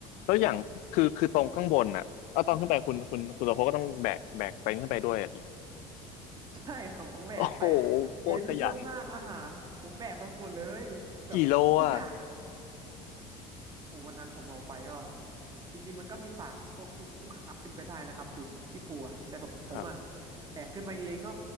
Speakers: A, on the left; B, on the right.
A: แล้วอย่างคือคือตรงข้างบนน่ะเอาตอนขึ้นไปคุณคุณคุณโตโพก็ต้องแบกแบกเต็นท์ขึ้นไปด้วยอ่ะดิ
B: <laughs> ใช่ครับผมแบกไป
A: โอ้โหโคตรขยัน
B: เต็นท์เสื้อผ้าอาหารผมแบกไปหมดเลยแบบทุกอย่างอ่ะ
A: กี่โลอ่ะ
B: โอ้วันนั้นผมเอาไปก็จริงๆมันก็มีฝากพวกลูกลูกค้าขึ้นไปได้นะครับอยู่ที่ภูอะแต่แบบผมอ่ะ
A: ครับ
B: แบกขึ้นมาเองก็